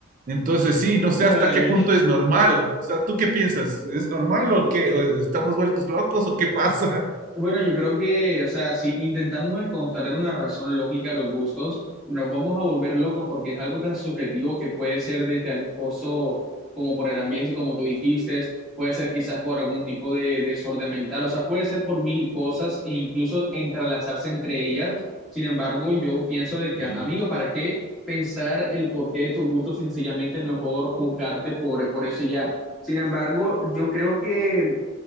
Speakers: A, on the right (about 40°); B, in the centre.
A: Entonces, sí, no sé
B: Ay.
A: hasta qué punto es normal. O sea, ¿tú qué piensas? ¿Es normal o qué? ¿O ¿Estamos vueltos locos o qué pasa?
B: Bueno, yo creo que, o sea, si intentamos encontrar una razón lógica a los gustos, nos vamos a volver locos porque es algo tan subjetivo que puede ser desde algo esposo, como por el ambiente, como tú dijiste, puede ser quizás por algún tipo de desorden mental, o sea, puede ser por mil cosas e incluso entrelazarse entre ellas. Sin embargo, yo pienso
A: Ok,
B: de que, amigo, ¿para qué pensar el porqué de tus gustos? Sencillamente mejor juzgarte por, por eso y ya. Sin embargo, yo creo que